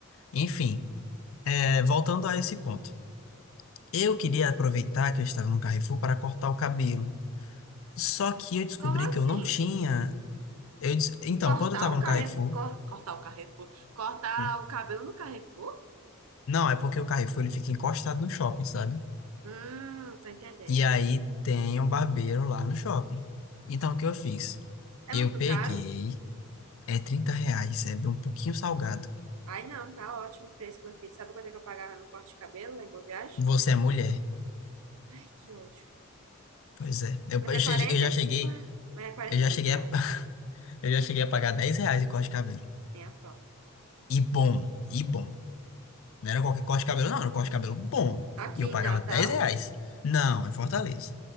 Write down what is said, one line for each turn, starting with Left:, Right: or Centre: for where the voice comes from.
Left: Enfim, é, voltando a esse ponto. Eu queria aproveitar que eu estava no Carrefour para cortar o cabelo. Só que eu descobri
Right: Como assim?
Left: que eu não tinha. Eu des- Então,
Right: Cortar
Left: quando eu estava
Right: o
Left: no
Right: Carrefour,
Left: Carrefour.
Right: cor- cortar o Carrefour, cortar
Left: Hum.
Right: o cabelo no Carrefour?
Left: Não, é porque o Carrefour ele fica encostado no shopping, sabe?
Right: Hum, tô entendendo.
Left: E aí tem um barbeiro lá no shopping. Então o que eu fiz?
Right: É
Left: Eu
Right: muito
Left: peguei,
Right: caro?
Left: é 30 reais, é um pouquinho salgado.
Right: Ai, não, tá ótimo o preço, meu filho. Sabe quanto é que eu pagava no corte de cabelo lá em Boa Viagem?
Left: Você é mulher.
Right: Ai, que ódio.
Left: Pois é. Eu,
Right: Mas
Left: eu
Right: é
Left: che-
Right: quarenta
Left: eu já
Right: e
Left: cheguei,
Right: cinco. re- é 45
Left: eu já
Right: reais.
Left: cheguei a, <laughs> eu já cheguei a pagar 10 reais em corte de cabelo.
Right: Nem a pau.
Left: E bom, e bom. Não era qualquer corte de cabelo, não, era um corte de cabelo bom.
Right: Aqui
Left: E eu
Right: em
Left: pagava
Right: Natal?
Left: 10 reais. Não, em Fortaleza.